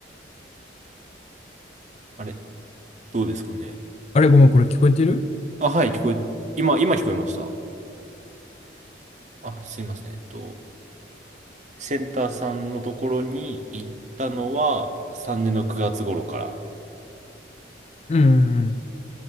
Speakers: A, on the right (about 40°); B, on the left (about 35°).
A: あれ、どうですかね。
B: あれ、ごめん、これ聞こえてる
A: あ、はい、聞こえ、今、今聞こえました。あ、すいません。えっと、センターさんのところに行ったのは、3年の9月頃から。
B: うんうんうん。